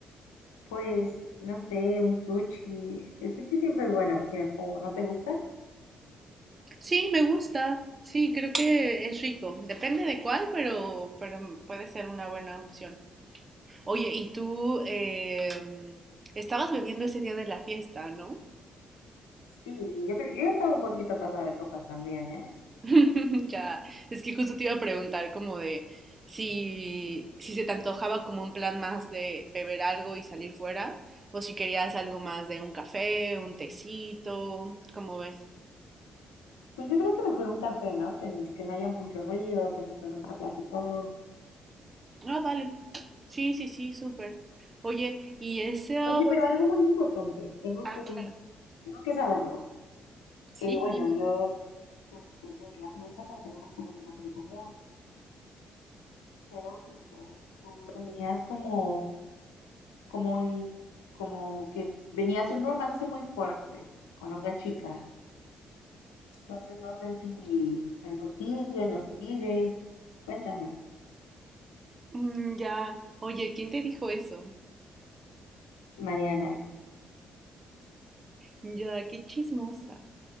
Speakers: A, on the left; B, on the right.
A: Pues, no sé, un sushi. El sushi siempre es buena opción, ¿o no te gusta?
B: Sí, me gusta. Sí, creo que es rico. Depende de cuál, pero, pero puede ser una buena opción. Oye, y tú eh, estabas bebiendo ese día de la fiesta, ¿no?
A: Sí, yo, creo- yo estaba un poquito pasada de copas también, ¿eh?
B: <laughs> Ya, es que justo te iba a preguntar como de si, si se te antojaba como un plan más de beber algo y salir fuera, o si querías algo más de un café, un tecito, ¿cómo ves?
A: Pues yo creo que mejor un café, ¿no? Que, que no haya mucho ruido, que nos permita platicar.
B: Ah, vale. Sí, sí, sí, súper. Oye, y ese... o-
A: Oye, pero algo muy importante, tengo
B: Ah,
A: que,
B: claro.
A: tengo que saberlo. Eh,
B: Sí,
A: bueno,
B: dime.
A: yo, yo, pues ves, la fiesta la tenemos por amigos en común, pero que pues tú tenías como, como un, como que venías de un romance muy fuerte con otra chica. Entonces no sé si, si eso sigue, nos sigue. Cuéntame,
B: Mm, ya. Oye, ¿quién te dijo eso?
A: Mariana.
B: Ya, qué chismosa.